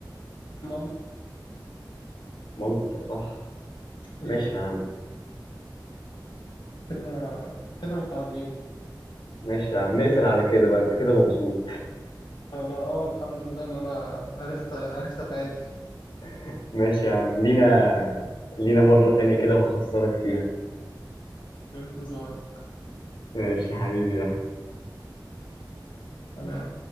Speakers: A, on the left (about 65°); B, on the left (about 85°).
A: مالطا
B: مالطا صح
A: مم.
B: ماشي يا عم
A: كده كده متعادلين
B: ماشي يا عم نقفل على كده بقى انت كده مبسوط
A: أنا أه الحمد لله إن أنا عرفت عرفت أتعادل
B: <laughs> ماشي يا عم لينا لينا مرة تانية كده وهخسرك فيها
A: انتظاره
B: ماشي يا حبيبي يا أحمد.
A: أنا